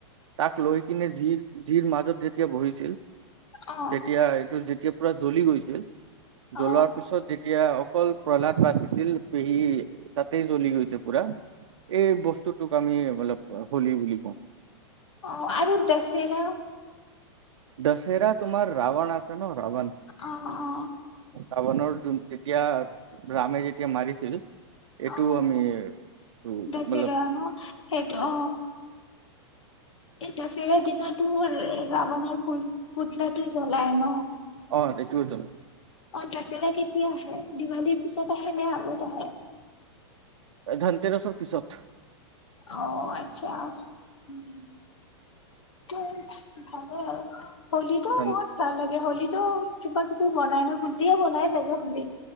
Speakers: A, on the right; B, on the left.
A: তাক লৈ কিনে যি যিৰ মাজত যেতিয়া বহিছিল
B: অ
A: তেতিয়া এইটো যেতিয়া পুৰা জ্বলি গৈছিল।
B: অ
A: জ্বলাৰ পিছত যেত তিয়া অকল প্ৰহ্লাদ বাচিছিল, পেহী তাতেই জ্বলি গৈছে পুৰা। এই বস্তুটোক আমি অলপ হলি বুলি কওঁ।
B: অ, আৰু দছেৰা।
A: দছেৰা তোমাৰ ৰাৱণ আছে ন ৰাৱন,
B: অ অ
A: ৰাৱনৰ যোন যেতিয়া ৰাামে যেতিয়া মাৰিছিল। এইটোও
B: অ
A: আমি টো
B: দছেৰা
A: মতলব
B: ন, সেইটো অ, এই দছেৰা দিনত তো ৰা ৰাৱণৰ পুই পুতলাটো জ্বলাই ন
A: অ সটো জ্বলা
B: অ দছেৰা কেতিয়া আহে, দিৱালীৰ পিছত আহে নে আগত আহে?
A: এ ধন্ তেৰছৰ পিছত।
B: অ আচ্ছা, উম তোঁ ভালে আৰু। হলীটো
A: ধন
B: মোৰ ভাল লাগ য়ে হলীটো কিবা কিবি বনাই ন, বুজিয়া বনাই চাগে হলীত।